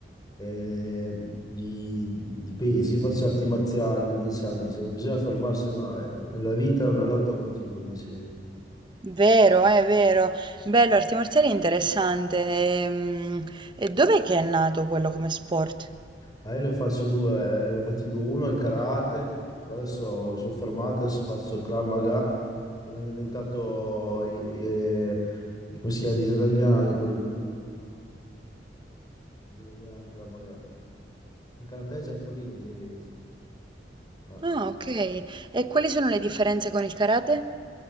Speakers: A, on the left; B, on the right.
A: eh, di, di pesi, io faccio arti marziali da dieci anni, cioè, non bisogna fermarsi, no, eh, la vita è una lotta continua, dicevo.
B: Vero, è vero. Bello, arti marziali è interessante. Ehm, E, dov'è che è nato quello come sport?
A: Ah, io ne faccio due, eh, ne ho fatti due, uno è il karate, però adesso mi sono fermato, adesso faccio Krav Maga, che l'hanno inventato i- eh, i- come si chiama, gli israeliani, quello lì, gli israeliani Krav Maga. Il karate è giapponese invece. Ah,
B: Ah, ok. E quali sono le differenze con il karate?